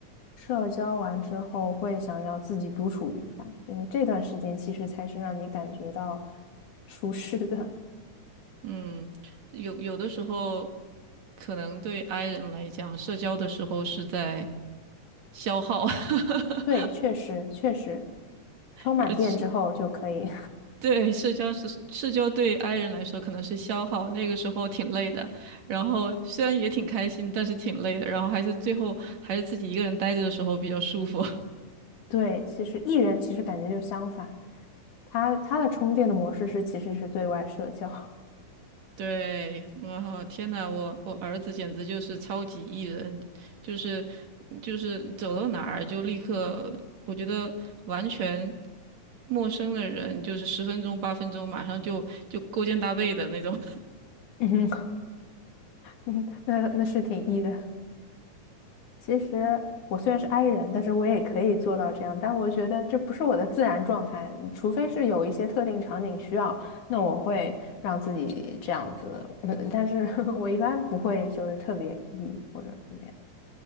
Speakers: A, on the left; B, on the right.
A: 社交完之后会想要自己独处一下，因为这段时间其实才是让你感觉到舒适的。
B: 嗯，有有的时候可能对 I 人来讲，社交的时候是在消耗。<laughs>
A: <laughs> 对，确实确实，充满电之后就可以。
B: 而且对，社交是社交对 i 人来说可能是消耗，那个时候挺累的，然后虽然也挺开心，但是挺累的，然后还是最后还是自己一个人待着的时候比较舒服。
A: <laughs> 对，其实 E 人其实感觉就相反，他他的充电的模式是其实是对外社交，
B: <laughs> 对，我天呐，我我儿子简直就是超级 E 人，就是就是走到哪儿就立刻，我觉得完全陌生的人，就是十分钟八分钟马上就就勾肩搭背的那种。
A: <laughs> 嗯，嗯，那那是挺 E 的。其实我虽然是 i 人，但是我也可以做到这样。但我觉得这不是我的自然状态，除非是有一些特定场景需要，那我会让自己这样子。嗯但是 <laughs> 我一般不会就是特别 E 或者怎么样。